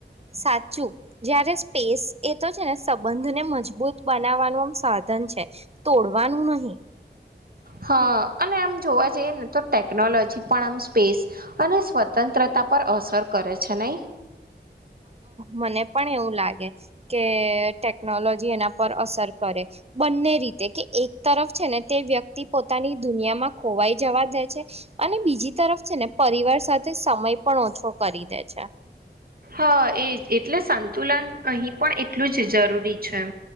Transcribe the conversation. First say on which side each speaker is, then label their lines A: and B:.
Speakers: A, on the right; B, on the right.
A: સાચુ જયારે સ્પેસ એ તો છેને, સંબંધને મજબૂત બનાવવાનું આમ સાધન છે, તોડવાનું નહી
B: હા, અને આમ જોવા જઈએ ને તો ટેકનોલોજી પણ આમ સ્પેસ અને સ્વતંત્રતા પર અસર કરે છે, નહી
A: મને પણ એવુ લાગે, કે ટેકનોલોજી એના પર અસર કરે બને રીતે કે એક તરફ છેને, તે વ્યક્તિ પોતાની દુનિયામાં ખોવાઈ જવા દે છે. અને બીજી તરફ છે, ને પરિવાર સાથે સમય પણ ઓછો કરી દે છે.
B: હ, એ એટલે સંતુલન અહી પણ એટલું જ જરૂરી છે.